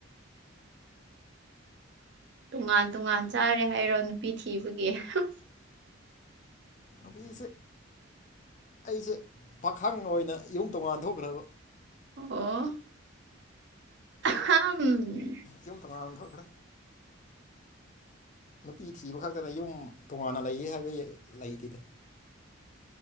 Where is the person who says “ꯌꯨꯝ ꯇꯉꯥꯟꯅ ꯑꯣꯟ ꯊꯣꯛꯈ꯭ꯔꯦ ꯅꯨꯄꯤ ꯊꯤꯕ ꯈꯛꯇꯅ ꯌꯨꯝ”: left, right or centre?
Left